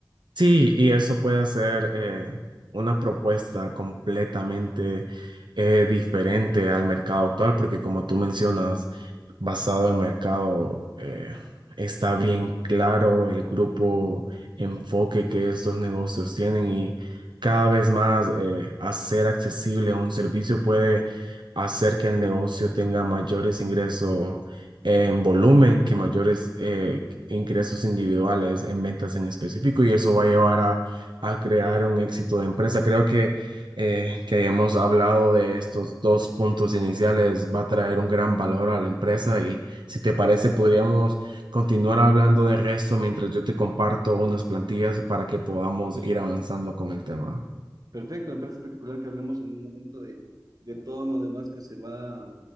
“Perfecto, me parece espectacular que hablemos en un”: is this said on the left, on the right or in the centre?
Right